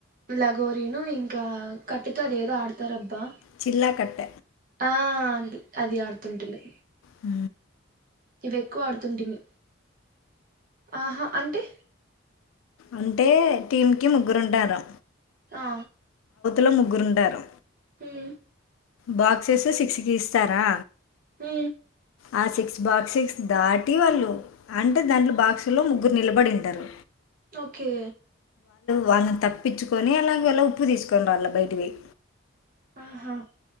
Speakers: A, on the right; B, on the left.
A: లగోరీను, ఇంకా కట్టెతో అదేదో ఆడతారబ్బా.
B: చిల్లాకట్ట
A: ఆ అది అది ఆడుతుంటిమి
B: హ
A: ఇవెక్కువ ఆడుతుంటిమి ఆహా అంటే
B: అంటే టీం కి ముగ్గురుంటారు
A: ఆ
B: లో ముగ్గురుండారు
A: హు
B: బాక్సెసు సిక్స్ గీస్తారా
A: హు
B: ఆ సిక్స్ బాక్స్క్స్ దాటి వాళ్ళు అంటే దాంట్లో బాక్సులో ముగ్గురు నిలబడింటారు.
A: ఓకే
B: వాళ్ళని తప్పించుకొని అలాగేలా ఉప్పు తీసుకొని రాళ్ల బయటికి పోయి.
A: ఆహా